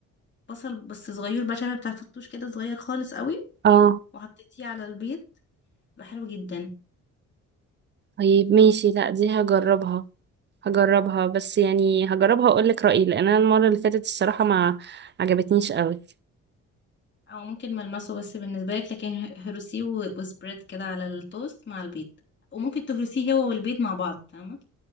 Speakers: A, on the left; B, on the right.
A: بصل بس صغير بقى شبه بتاع الفتوش كده صغير خالص قوي
B: اه
A: وحطيتيه على البيض بقى حلو جدا
B: طيب ماشي لا دي هجربها هجربها بس يعني هجربها واقول لك رأيي لان انا المرة اللي فاتت الصراحة ما عجبتنيش قوي
A: او ممكن ملمسه بس بالنسبه لك لكن ه- هروسيه و- وسبريد كده على التوست مع البيض وممكن تهرسيه هو والبيض مع بعض فاهمه